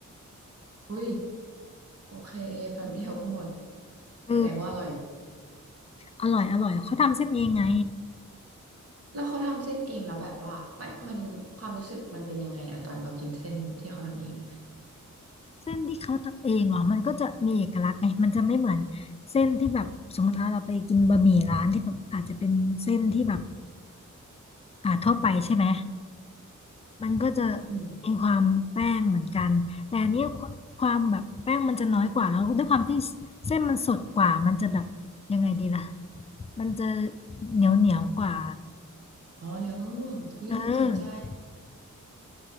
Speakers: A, on the right; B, on the left.
A: อุ้ยโอเคแบบเดียวก็หมด
B: เออ
A: แสดงว่าอร่อย
B: อร่อยอร่อยเขาทำเส้นเองไง
A: แล้วเขาทำเส้นเองแล้วแบบว่ามันมันความรู้สึกมันเป็นยังไงอะตอนเรากินเส้นที่เขาทำเอง
B: เส้นที่เขาทำเองเหรอมันก็จะมีเอกลักษณ์ไงมันจะไม่เหมือนเส้นที่แบบสมมติว่าเราไปกินบะหมี่ร้านที่แบบอาจจะเป็นเส้นที่แบบอ่าทั่วไปใช่ไหมมันก็จะ
A: อืม
B: มีความแป้งเหมือนกันแต่อันนี้ควความแบบแป้งมันจะน้อยกว่าแล้วด้วยความที่เส้นมันสดกว่ามันจะแบบยังไงดีล่ะมันจะเหนียวเหนียวกว่า
A: อ๋อเหนียวนุ่มอุ้ยน่าสนใจ
B: เออ